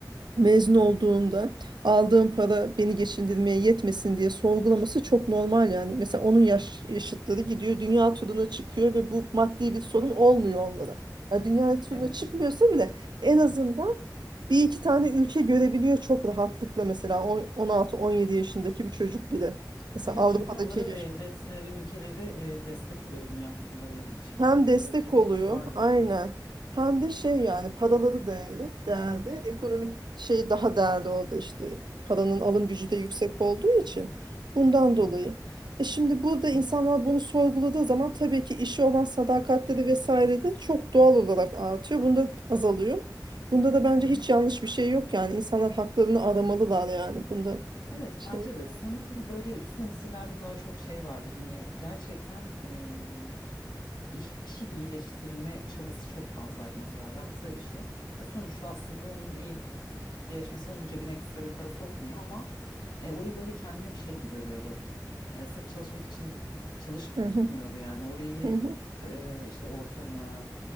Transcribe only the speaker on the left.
evet.
Evet
çünkü onlara
devletleri, ülkeleri e, destek oluyor bunu yapmaları için.
Çoğu
ülkede
var bu,
evet.
Hı
hı.
Evet.
Hı hı.
Evet
bence de sanırım böyle üst nesillerde daha çok şey vardı. Hani gerçekten eee, işi iyileştirme çabası çok fazlaydı mesela yaptığı işi. Ya sonuçta aslında onun birleşmesi onun cebine ekstra bir para sokmuyor ama e, orayı böyle kendine bir şey gibi görüyordu. E, sırf çalışmak için çalışmıyordu
yani orayı
e, işte ortamı,